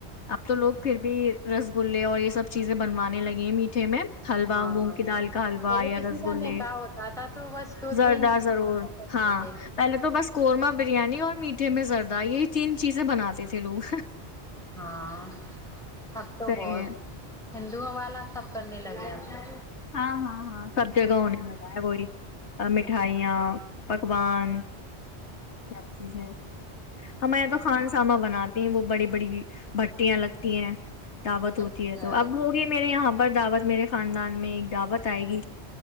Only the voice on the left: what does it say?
اب تو لوگ پھر بھی رس گ اور یہ سب چیزیں بنوانے لگی ہیں میٹھے میں حلوا
مونگ کی دال کا حلوا
یا
رس
گے
زردہ
ضرور
ہاں
پہلے تو بس قورمہ بریانی اور میٹھے میں زردہ یہ تین چیزیں بناتے تھے لوگ
صحیح
ہے
ہاں ہاں ہاں سب جگہ ہو نے لگا ہے وہی مٹھائیاں پکوان سب چیزیں ہمے یہاں تو کھان ساما بناتے وہ بڑی بڑی بھٹیاں لگتی ہیں دعوت ہوتی
ہے تو اب ہوگی میرے یہاں پر دعوت میرے خاندان میں ایک دعوت آئے گی